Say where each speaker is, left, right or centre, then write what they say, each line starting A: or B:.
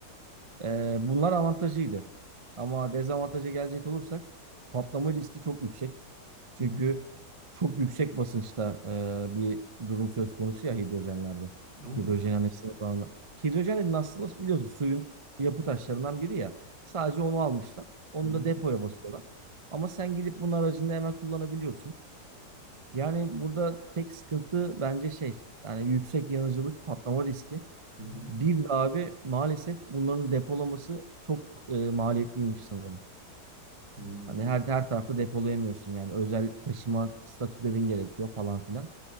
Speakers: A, on the right (about 30°); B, on the right (about 75°).
A: Ee, bunlar avantajıydı. Ama dezavantaja gelecek olursak patlama riski çok yüksek. Çünkü
B: Hı hı.
A: çok yüksek basınçta e, bir durum söz konusu ya hidrojenlerde.
B: Oo.
A: Hidrojen hani sıvılanma. Hidrojen nasıl biliyorsun suyun yapı taşlarından biri ya. Sadece onu almışlar. Onu
B: Hı hı.
A: da depoya basıyorlar. Ama sen gidip bunun aracında hemen kullanabiliyorsun. Yani burada tek sıkıntı bence şey yani yüksek yanıcılık patlama riski.
B: Hı hı.
A: Bir de abi maalesef bunların depolaması çok e, maliyetliymiş sanırım.
B: Hmm.
A: Hani her her tarafta depolayamıyorsun yani özel taşıma statülerin gerekiyor falan filan.